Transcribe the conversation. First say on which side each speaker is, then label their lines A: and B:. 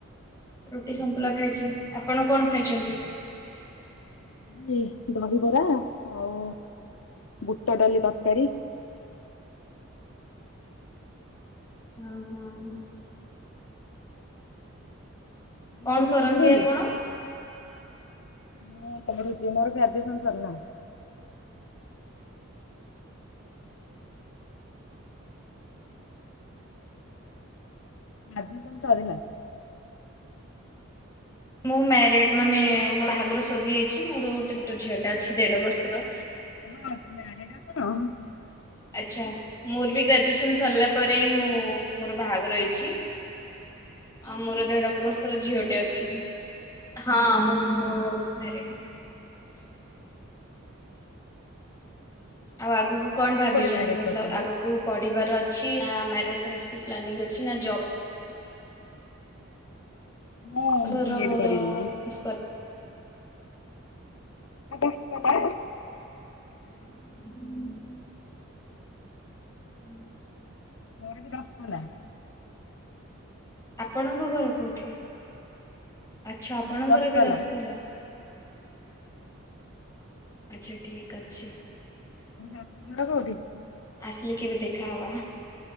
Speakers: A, on the left; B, on the left.
A: ରୁଟି ସନ୍ତୁଳା
B: ଦେହ
A: ଖାଇଛି।
B: କଣ ହଉଛି?
A: ଆପଣ କଣ ଖାଇଛନ୍ତି?
B: ମୁଁ ଦହିବରା ଆଉ ବୁଟ ଡାଲି ତରକାରୀ।
A: ଓହୋ ମ୍।
B: ଆପଣ
A: କଣ
B: କୋଉଠି
A: କରନ୍ତି
B: ପଢୁଛନ୍ତି?
A: ଆପଣ?
B: ମୁଁ ଏବେ <unintelligible> ଅଛି। ମୋର ଗ୍ରାଜୁଏସନ୍ ସରିଲାଣି। ଗ୍ରାଜୁଏସନ୍ ସରିଲା।
A: ମୁଁ ମ୍ୟାରେଡ୍ ମାନେ ମୋ ବାହାଘର ସରିଯାଇଛି। ମୋର ଗୋଟେ ଛୋଟ ଝିଅଟେ ଅଛି ଦେଢ ବର୍ଷର।
B: ହଁ ମ୍ୟାରେଡ୍ ଆପଣ?
A: ଆଚ୍ଛା ମୋର ବି ଗ୍ରାଜୁଏସନ ସରିଲା ପରେ ହିଁ ମୁଁ ମୋର ବାହାଘର ହେଇଛି। ଆଉ ମୋର ଦେଢ ବର୍ଷର ଝିଅଟେ ଅଛି। ହଁ ମୁଁ ମୋ ମ୍ୟରେଡ ଆଉ ଆଗକୁ କଣ ଭାବିଛନ୍ତି
B: ମୁଁ କୋଉଠି ମ୍ୟାରେଜ
A: ମତଲବ
B: କରିଛନ୍ତି?
A: ଆଗକୁ। ପଢିବାର ଅଛି ନା ମ୍ୟାରେଜ ପ୍ଲାନିଂ ଅଛି ନା ଜବ
B: ମୁଁ
A: ତୋର
B: ବି ଏଡ୍
A: ମୋର।
B: କରିବି ମୁଁ।
A: <inaudible>
B: <unintelligible>
A: ହୁଁ <inaudible> ହୁଁ ହ <inaudible>
B: ମୋର ବି ଦଶପଲା।
A: ଆପଣଙ୍କ ଘର କୋଉଠି। ଆଚ୍ଛା
B: ଆମର
A: ଆପଣଙ୍କର
B: ଦଶପଲ୍ଲା।
A: ବି ଦଶପଲା।
B: ତମ
A: ଆଚ୍ଛା ଠିକ ଅଛି।
B: ତମ ଶାଶୁଘର କୋଉଠି।
A: ଆସିଲେ କେବେ ଦେଖାହବା।